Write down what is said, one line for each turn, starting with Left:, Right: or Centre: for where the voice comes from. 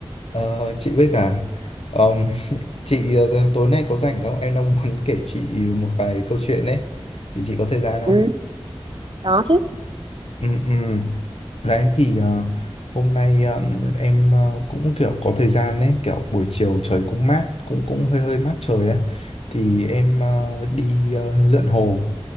Left: Ờ, chị với cả ờm, <laughs> chị ờ, tối nay có rảnh không? Em đang muốn kể chị một vài câu chuyện đấy. Thì chị có thời gian không?
Right: ừ có chứ
Left: Ừ, ừ. Đấy thì ờ, hôm nay ờ, em ờ, cũng kiểu có thời gian đấy kiểu buổi chiều trời cũng mát cũng cũng hơi hơi mát trời á thì em ờ, đi ờ, lượn hồ